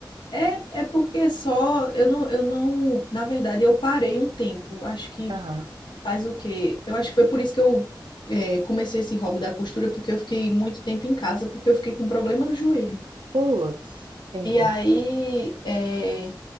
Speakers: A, on the left; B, on the right.
A: é, é porque só eu não, eu não, na verdade, eu parei um tempo. Acho que
B: Aham.
A: faz o quê? Eu acho que foi por isso que eu é, comecei esse hobby da costura, porque eu fiquei muito tempo em casa, porque eu fiquei com um problema no joelho.
B: Putz, entendi.
A: E aí é,